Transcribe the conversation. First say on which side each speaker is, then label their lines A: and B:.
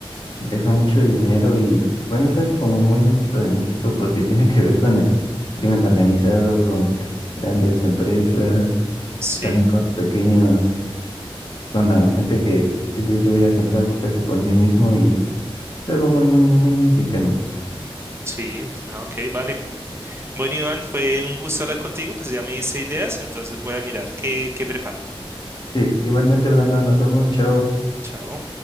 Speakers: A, on the left (about 55°); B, on the right (about 25°).
A: Deja mucho dinero y bueno, eso es como muy místico de México porque tiene que ver con el crimen organizado, con grandes empresas,
B: sí,
A: también con pequeños, con la gente que dice yo voy a sembrar aguacate por mí mismo y es algo muy, muy, muy, muy mexicano.
B: sí. Ah, Ok, vale. Bueno, Iván, fue un gusto hablar contigo, pues ya me hice ideas, entonces voy a mirar qué, qué preparo.
A: Sí, igualmente, Brandon, nos vemos, chao.
B: Chao.